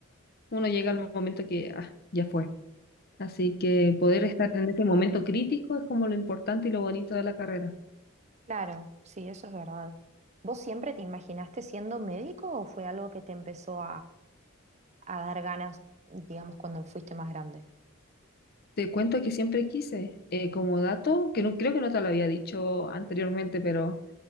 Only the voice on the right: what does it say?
Claro, sí, eso es verdad. ¿Vos siempre te imaginaste siendo médico o fue algo que te empezó a dar ganas, digamos, cuando fuiste más grande?